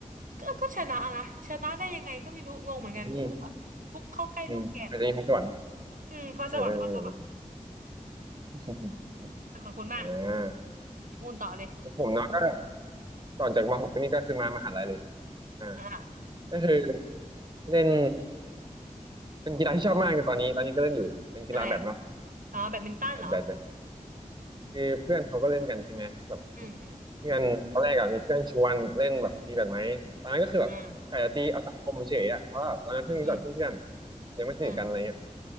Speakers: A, on the right (about 80°); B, on the right (about 35°).
A: ก็ก็ชนะนะชนะได้ยังไงก็ไม่รู้งงเหมือนกันฟุกอ่ะฟุกเข้าใกล้ลูกแกนอะ
B: อืมอืมอาจจะมีพรสวรรค์
A: อืมพอสวรรค์พอสวรรค์
B: เออเออ <laughs>
A: อ่ะของคุณบ้าง
B: อ่า
A: คุณต่อเลย
B: ผมเนาะก็ต่อจากมหกก็นี่ก็คือมามหาลัยเลยอ่า
A: อ่า
B: ก็คือเล่นเป็นกีฬาที่ชอบมากในตอนนี้ตอนนี้ก็เล่นอยู่เป็นกีฬาแบดเนาะ
A: อะไรอ่ะอ๋อแบดมินตันเหรอ
B: แบดแบดแบดคือเพื่อนเขาก็เล่นกันใช่ไหมแบบ
A: อืมอืม
B: เพื่อนตอนแรกอะมีเพื่อนชวนเล่นแบบตีแบดไหมตอนนั้นก็คือแบบกะจะตีเอาสังคมเฉยๆอะเพราะว่าแบบตอนนั้นเพิ่งรู้จักเพื่อนๆยังไม่สนิทกันอะไรเงี้ย
A: อืมอืมอืมอืม